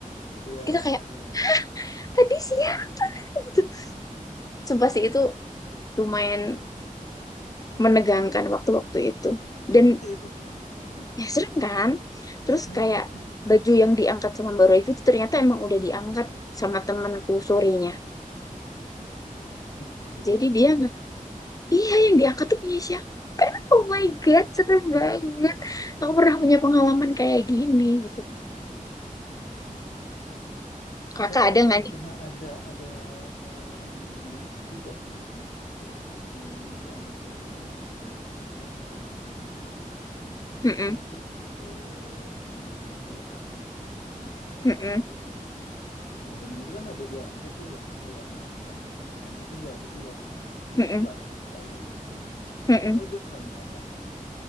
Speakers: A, on the left; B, on the left.
A: Iya.
B: Kita kayak
A: Iya.
B: tadi siang gitu. Sumpah sih itu lumayan menegangkan
A: Iya.
B: waktu-waktu itu. Dan
A: Serem sih itu, serem. Heeh.
B: ya serem kan? Terus
A: Mm, mm,
B: kayak
A: mm.
B: baju yang diangkat sama Mbak Royvi itu ternyata emang udah diangkat sama temanku sorenya.
A: Nah, yang di bawah
B: Jadi
A: itu
B: dia,
A: punya siapa
B: nge-
A: coba?
B: iya yang diangkat tuh punya siapa? Oh my God, serem
A: Aduh,
B: banget. Aku pernah punya pengalaman kayak gini gitu.
A: ngeri itu.
B: Kakak
A: Tapi
B: ada
A: aku
B: nggak nih?
A: pernah ada ada hal yang unik juga sih pernah terjadi dulu banget sih. Jadi waktu SMA ya, libur libur
B: Mm-mm,
A: terus ke rumahnya si Om sih, di Jakarta
B: mm-mm,
A: waktu itu. Nah, rumahnya itu kan ada dua lantai tuh, lantai dua. Nah, kamar tamu itu di lantai dua, di
B: mm-mm,
A: belakang sekali gitu loh, di
B: mm-mm.
A: pojok paling belakang.